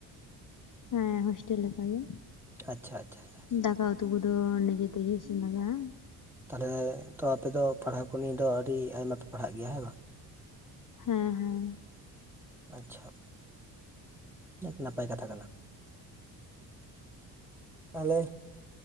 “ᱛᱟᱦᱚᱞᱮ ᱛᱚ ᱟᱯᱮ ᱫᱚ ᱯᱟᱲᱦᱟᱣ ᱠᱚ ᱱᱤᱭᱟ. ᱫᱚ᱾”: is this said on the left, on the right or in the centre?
Centre